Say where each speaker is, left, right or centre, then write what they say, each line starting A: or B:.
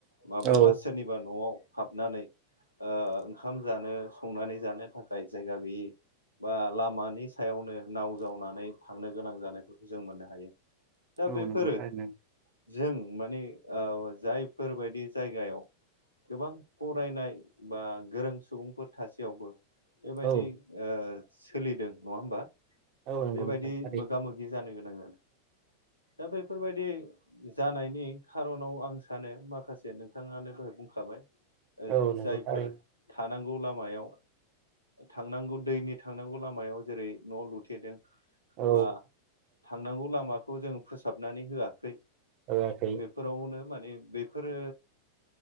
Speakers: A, on the right; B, on the right.
A: माब्लाबा
B: औ
A: सोरनिबा न'आव हाबनानै ओ ओंखाम जानो संनानै जानो थाखाय जायगा गैयि बा लामा नि सायावनो नाव जावनानै थांनो गोनां जानायफोरखौ जों मोननो हायो। दा
B: औ
A: बेफोरो
B: नंगौ थारैनो
A: जों माने ओ जायफोरबायदि जायगायाव गोबां फरायनाय बा गोरों सुबुंफोर थासेयावबो बेबायदि
B: औ
A: ओ सोलिदों नङा होमबा?
B: औ नंगौ
A: बेबायदि
B: नोंथां थारैनो
A: मोगा मोगि जानो गोनां जादों दा बैफोरबायदि जानायनि खार'नाव आं सानो माखासे नोंथाङानो दहाय बुंखाबाय ओ
B: औ नंगौ
A: जायफोर
B: थारैनो
A: था नांगौ लामायाव थांनांगौ दैनि थांनांगौ लामायाव जेरै न' लुथेदों
B: औ
A: बा थांनांगौ लामाखौ जों फोसाबनानै होआखै
B: होआखै
A: बेफोरावनो माने बेफोरो